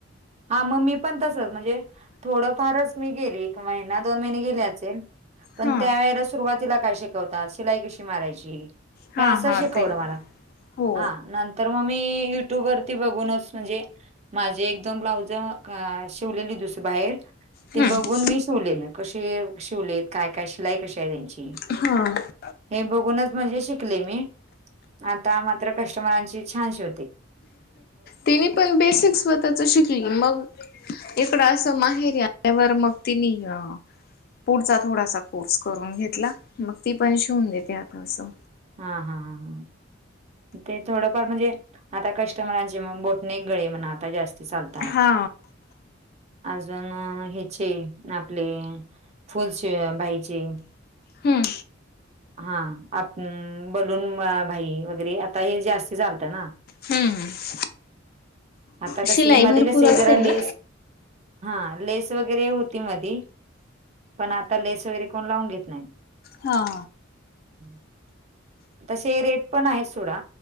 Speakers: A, on the right; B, on the left.
A: हा म मी पण तसच म्हणजे थोडफारच मी गेली एक महिना दोन महिने गेली आचेन पण
B: हा
A: त्यावेळेला सुरुवातीला काय शिकवतात शिलाई कशी मारायची
B: हा
A: हे असं
B: हा
A: शिकवलं
B: ते
A: मला
B: हो
A: हा नंत तर मी युट्यूब वरती बघूनच म्हणजे माझे पण ब्लाऊज शिवलेली दुसरी बाहेर
B: हम्म
A: ती बघून मी शिवलेले कशे शिवलेत काय काय शिलाई कशी आहे त्यांची
B: हा.
A: हे बघूनच म्हणजे शिकले मी आता मात्र कस्टमरांची छान शिवते.
B: तिनी पण बेसिक स्व ताच शिकली मग इकडं असं माहेरी आल्यावर मग तिनी अ पुढचा थोडासा कोर्स करून घेतला मग ती पण शिवून देते आता असं.
A: हा, हा, हा, हा ते थोडंफार म्हणजे आता कस्टमरांची म बोट नेक गळे म्हणा आता जास्ती चालता
B: हा
A: आजून हेचे आपले फुल स्लीव्ह बाहीचे
B: हम्म
A: हा आप हम् बलून बाही वगैरे आता हे जास्तीच चालतं ना
B: हम्म
A: आता
B: शिलाई
A: कसे
B: भरपूर
A: मधे कसे
B: असेल
A: जरा
B: ना
A: लेस हा लेस वगैरे होती मधी पण आता लेस वगैरे कोण लावून घेत नाहीत.
B: हा.
A: हम्म तसे रेट पण आहेत सोडा